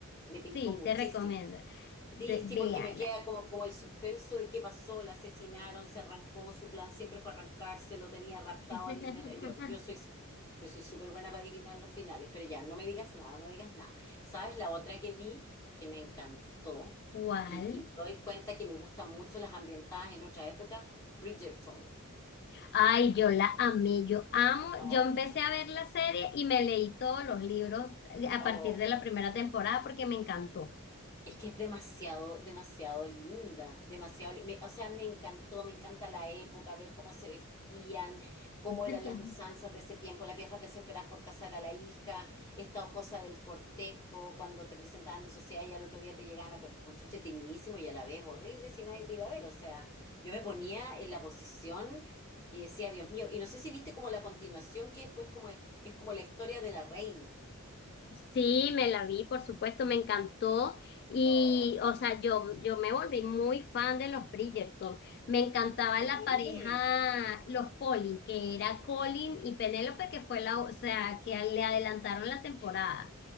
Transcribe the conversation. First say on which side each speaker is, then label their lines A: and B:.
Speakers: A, on the left; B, on the left.
A: Me tincó
B: sí,
A: muchísimo.
B: te recomiendo.
A: Sí,
B: Te- véala.
A: sí, porque me queda como, como el suspenso de qué pasó, la asesinaron, se arrancó, su plan siempre fue arrancarse, lo tenía raptado
B: <laughs>
A: al niño. Yo, yo soy, yo soy súper buena para adivinar los finales, pero ya, no me digas nada, no me digas nada. ¿Sabes? La otra que vi, que me encantó,
B: ¿Cuál?
A: y, y me doy cuenta que me gustan mucho las ambientadas en otra época, Bridgerton.
B: Ay, yo la amé, yo amo.
A: Oh,
B: Yo empecé a ver la serie y me leí todos los libros eh, a
A: oh.
B: partir de la primera temporada porque me encantó.
A: Es que es demasiado, demasiado linda, demasiado, li- me- o sea, me encantó, me encanta la época, ver cómo se vestían, cómo
B: <laughs>
A: eran las usanzas de ese tiempo, las viejas desesperadas por casar a la hija, esta cosa del cortejo, cuando te presentaban en sociedad y al otro día te llegaban a cortejo, encuentro entretenidísimo y a la vez horrible si nadie te iba a ver, o sea, yo me ponía en la posición y decía, Dios mío, y no sé si viste como la continuación que después como es, es como la historia de la reina.
B: Sí, me la vi, por supuesto, me encantó y,
A: Oh,
B: o sea, yo, yo me volví muy fan de los Bridgerton. Me encantaba
A: sí,
B: la pareja, los Colin, que era Colin y Penélope, que fue la, o sea, que le adelantaron la temporada.